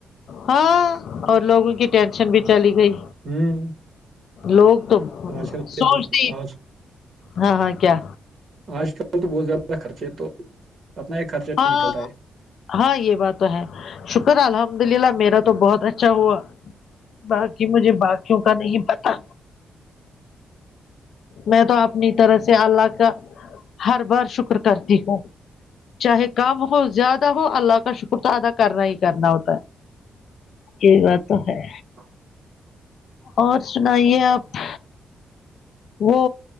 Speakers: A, on the left; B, on the right.
A: ہاں اور لوگوں کی ٹینشن بھی چلی گئی
B: ہوں
A: لوگ تو
B: آج کل یہ
A: سوچتے
B: بہت
A: ہی
B: آج
A: ہاں ہاں کیا
B: آج کل تو بہت زیادہ خرچے ہے تو اپنا ہی خرچہ
A: ہاں
B: نکلتا ہے
A: ہاں یہ بات تو ہے شکر الحمد للہ میرا تو بہت اچھا ہوا باقی مجھے باقیوں کا نہیں پتا میں تو اپنی طرح سے اللہ کا ہر بار شکر کرتی ہے چاہے کم ہو زیادہ ہو اللہ کا شکر تو ادا کرنا ہی کرنا ہوتا ہے کئی بات تو ہے
B: ہ <unintelligible>
A: اور سنائیے آپ وہ